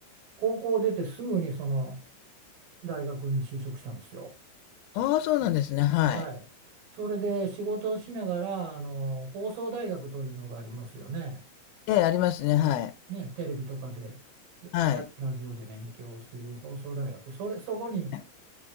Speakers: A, on the right (about 85°); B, on the left (about 80°).
A: 高校出てすぐにその大学に就職したんですよ。
B: ああ、そうなんですね、はい。
A: はい。それで仕事をしながら、あの、放送大学というのがありますよね。
B: ええ、ありますね、はい。
A: ね、テレビとかで、ラ、
B: はい。
A: ラジオで勉強する放送大学。それ、そこに、
B: え